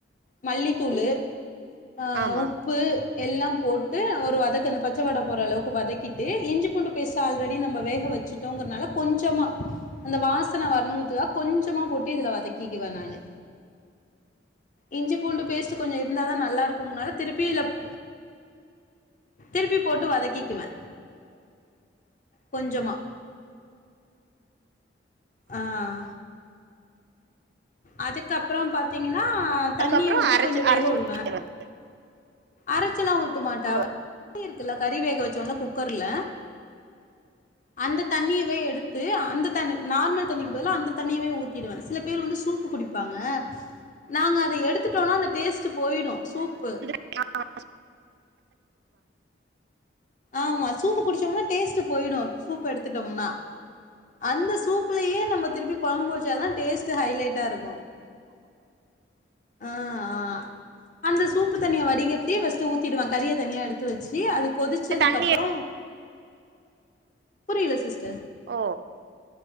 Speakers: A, on the left; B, on the right.
A: மல்லித்தூளு ஆ
B: ஆமா
A: உப்பு எல்லாம் போட் ட்டு ஒரு வதக்கந பச்ச வாட போற அளவுக்கு வதக்கிட்டு இஞ்சி பூண்டு பேஸ்ட் ஆல்ரெடி நம்ம வேக வச்சு டோங்கறனால கொஞ்சமா அந்த வாசன வரணுங்கறதுக்கா கொஞ்சமா போட்டு இதுல வதக்கிக்குவே நானு இஞ்சி பூண்டு பேஸ்ட்டு கொஞ்ச இருந்தாதா நல்லா இருக்குனால திருப்பி லப் திருப்பி போட்டு வதக்கிக்குவே கொஞ்சமா அஆ அதுக்கப்றோ பாத்தீங்கின்னா தண்ணிய
B: அதுக்கப்புறோ
A: ஊத்தி
B: அரச்சு
A: கொஞ்சு வேஹ
B: அரச்சு
A: வுடுவே
B: ஊத்திக்கிறது
A: அரைச்சலா ஊத்து மாட்டே
B: ஓ
A: அவ ஏ இருக்குல்ல கறி வேக வச்சோன குக்கர்ல அந்த தண்ணியவே எடுத்து அந்த தண்ணி நார்மல் தண்ணிக்கு பதிலா அந்த தண்ணியவே ஊத்திடுவே சிலப் பேர் வந்து சூப்பு குடிப்பாங்க நாங் அது எடுத்துட்டோனா அந்த டேஸ்ட்டு போய்டு சூப்பு
B: அ அ
A: ஆமா சூப்பு குடிச்சோம்னா டேஸ்ட்டு போய்டு சூப் எடுத்துட்டொம்னா அந்த சூப்லயே நம்ம திருப்பி கொழம்பு வச்சாதா டேஸ்ட்டு ஹைலைட்டா இருக்கு ஆ ஆ அந்த சூப்பு தண்ணிய வடிகட்டி ஃபஸ்ட்டு ஊத்திடுவே கறிய தனியா எடுத்து வச்சி அது கொதிச் ச்சதுக்கப்றோ
B: தண்ணி
A: புரில சிஸ்ட
B: ஓ